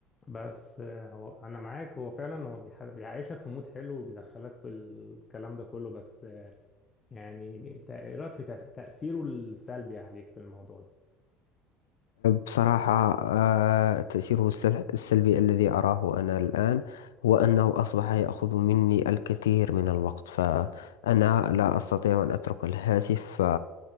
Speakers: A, on the left; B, on the left.
A: بس آه، هو انا معاك هو فعلا هو بيح- بيعيشك في مود حلو وبيدخلك في الكلام ده كله بس آه، يعني انت ايه رأيك في تأس- تأثيره السلبي عليك في الموضوع ده
B: بصراحة آه، تأثيره السل- السلبي الذي أراه أنا الآن هو أنه أصبح يأخذ مني الكثير من الوقت فأنا لا أستطيع أن أترك الهاتف ف-